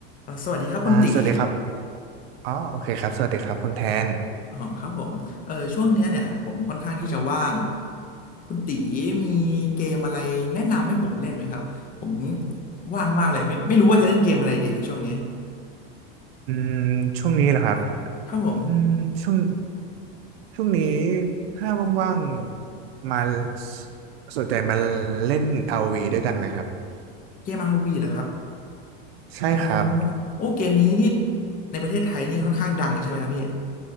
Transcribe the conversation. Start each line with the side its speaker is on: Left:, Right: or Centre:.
Left: อ่ะสวัสดีครับคุณตี
Right: อ่าสวัสดีครับอ๋อโอเคครับ สวัสดีครับคุณแทน
Left: อ๋อครับผมเออช่วงเนี้ยเนี่ยผมค่อนข้างที่จะว่างคุณตีมีเกมอะไรแนะนำให้ผมเล่นไหมครับผมว่างมากเลยไม่ไม่รู้ว่าจะเล่นเกมอะไรดีเลยช่วงเนี้ย
Right: อืมช่วงนี้เหรอครับ
Left: ครับผม
Right: อืมช่วงช่วงนี้ถ้าว่างๆ มาสสนใจมาเล่นอาร์วีด้วยกันไหมครับ
Left: เกม ROV เหรอครับ
Right: ใช่ครับ
Left: อ๋อโอ้เกมนี้นี่ในประเทศไทยนี่ค่อนข้างดังใช่ไหมครับพี่